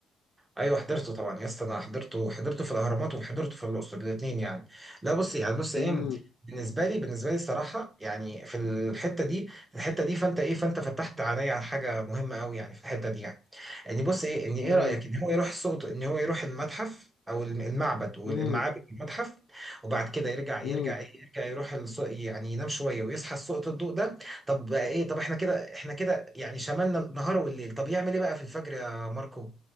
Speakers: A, on the right; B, on the left.
A: ايوه حضرته طبعا يا اسطى انا حضرته حضرته في الاهرامات وحضرته في الاقصر الاثنين يعني لا بص يعني بص ايه
B: امم
A: بالنسبه لي بالنسبه لي الصراحه يعني في الحته دي في الحته دي فانت ايه فانت فتحت عليا على حاجه مهمه قوي يعني في الحته دي يعني يعني بص ايه ان ايه
B: امم
A: رايك ان هو يروح السوق ان هو يروح المتحف او الم- المعبد والمعابد
B: امم
A: المتحف وبعد كده يرجع يرجع
B: امم
A: ايه يرجع يروح السوق يعني ينام شويه ويصحى السوق الضوء ده طب بقى ايه طب احنا كده احنا كده يعني شملنا النهار والليل طب يعمل ايه بقى في الفجر يا ماركو